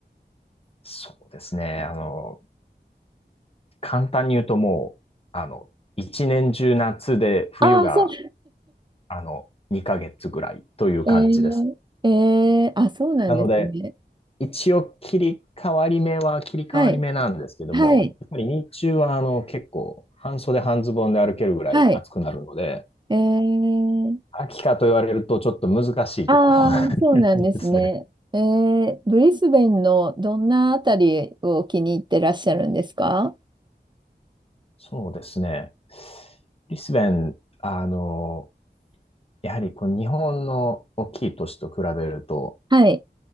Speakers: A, on the left; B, on the right.
A: そうですね、あの、簡単に言うともう、あの、一年中夏で冬が、
B: ああ、そう。
A: あの、2ヶ月ぐらいという感じです。
B: ええ。ええ。あ、そうなんですね。
A: なので、一応切り替わり目は切り替わり目なんですけども、
B: はい。はい。
A: やっぱり日中はあの結構半袖半ズボンで歩けるぐらい暑くなるので、
B: はい。ええ。
A: 秋かと言われるとちょっと難しいところがありますね。
B: ああ、そうなんですね。ええ、ブリスベンのどんなあたりを気に入ってらっしゃるんですか
A: そうですね。ブリスベン、あの、やはりこう日本の大きい都市と比べると、
B: はい。